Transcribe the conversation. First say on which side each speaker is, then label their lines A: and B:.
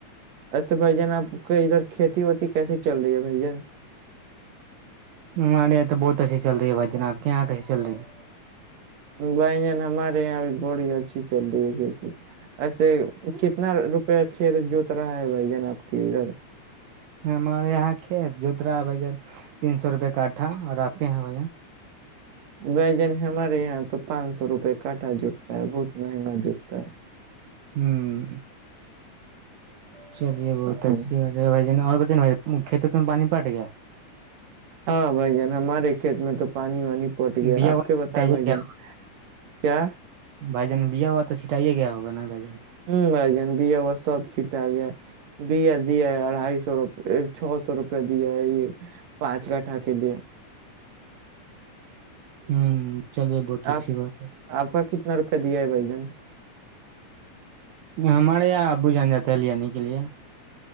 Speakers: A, on the right; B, on the right.
A: ایسے بھ جان آپ کے ادھر کھیتی وتی کیسی چل رہی ہے بھ جان
B: ہمارے یہاں تو بہت ایسی چل رہی ہے بھائی جان آپ کے یہاں کیسیے چل رہی ہےکہ
A: بھائی جن ہمارے یہاں بھی بڑی اچھی چل رہی ہے کھیتی ایسے کتنا روپیہ کھیت جوت رہا ہے بھائی جان آپ کے ادھر
B: ہمارے یہاں کھیت جوترا ہے بھا جن تین سو روپے کاٹھا اور آپ کے یہاں بھ
A: بھائی جانی ہمارے یہاں تو پانچ سو روپے کاٹا جٹتا ہے بہت مہنگا جٹتا ہے
B: ہوں چلیے بہت
A: ہے
B: اچھی بھجن اور بتا یے بھجن کھیت میں پانی پٹے گیا
A: ہاں بھائی جان ہمارے کھیت میں تو پانی وانی پٹ گیا
B: بیا
A: آپ
B: ہوا
A: کے بتایا
B: چھٹائیے
A: بھائی
B: گیا
A: جن کیا
B: بھائی جان بیا ہوا تو چھٹائیے گیا ہوگ نا بھائی جان
A: ہوں بھائی جان بیا ب سب ٹھیک ٹھاک ہے بیا دیا ہے اڑھائی سو روپ چھو سو روپیہ دیا ہے یہ پانچ کٹھا کے لیے
B: ہوں چلیے بت
A: آپ
B: سی بات بے
A: آپ کا کتنا روپے دیے ہے بائی جن
B: ہمارے یہاں ابو جان جاتے ہے لنے کے لیے